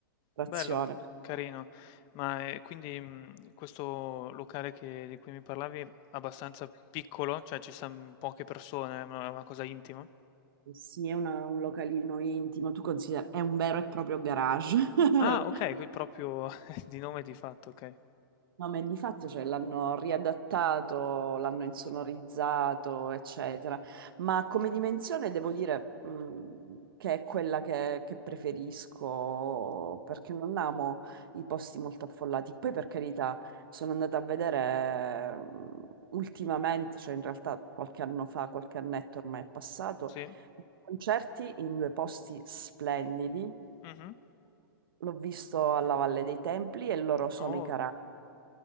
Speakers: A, on the right (about 70°); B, on the left (about 35°).
A: situazione.
B: bello, c- carino. Ma eh, quindi mh, questo locale che- di cui mi parlavi è abbastanza piccolo, cioè ci stanno poche persone, è una, una cosa intima.
A: Sì, è una- un localino intimo, tu consideri, è un vero e proprio garage. <laughs>
B: Ah, ok, qui proprio <laughs> di nome di fatto, ok.
A: No, ma di fatto cioè, l'hanno riadattato, l'hanno insonorizzato, eccetera. Ma come dimensione devo dire mh, che è quella che, che preferisco perché non amo i posti molto affollati. Poi, per carità, sono andata a vedere mh, ultimamente, cioè in realtà qualche anno fa, qualche annetto ormai è passato,
B: Sì.
A: concerti in due posti splendidi
B: Mhm.
A: L'ho visto alla Valle dei Templi e loro sono
B: Oh,
A: i Caraibi.